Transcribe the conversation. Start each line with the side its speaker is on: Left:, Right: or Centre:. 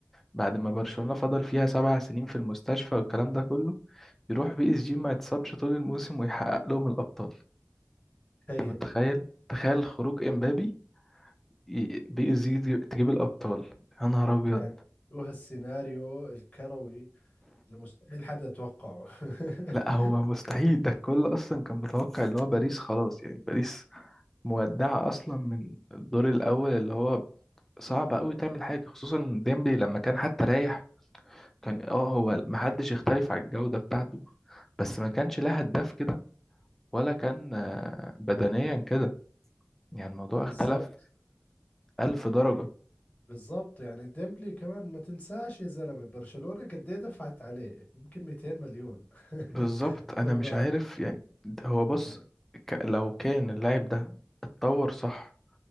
Centre: بعد ما برشلونة فضل فيها سبع سنين في المستشفى والكلام ده كله يروح بي اس جي ما يتصابش طول الموسم ويحقق لهم الأبطال
Left: تخيل
Centre: متخيل تخيل خروج امبابي ي- بي اس جي تجيب تجيب الأبطال يا نهار أبيض
Left: يعني شو هالسيناريو الكروي اللي مستحيل حدا توقعه
Centre: لا
Left: <laughs>
Centre: هو مستحيل ده الكل أصلا كان متوقع اللي هو باريس خلاص يعني باريس مودعة أصلا من الدور الأول اللي هو صعب أوي تعمل حاجة خصوصا ديمبلي لما كان حتى رايح كان اه هو محدش يختلف على الجودة بتاعته بس ما كانش لها هداف كده ولا كان آه، بدنيا كده يعني الموضوع اختلف
Left: بالضبط
Centre: ألف درجة
Left: بالظبط يعني ديمبلي كمان ما تنساش يا زلمة برشلونة قد ايه دفعت عليه يمكن 200 مليون <laughs>
Centre: بالظبط أنا
Left: تمام
Centre: مش عارف يعني ده هو بص
Left: يعني
Centre: ك- لو كان اللاعب ده اتطور صح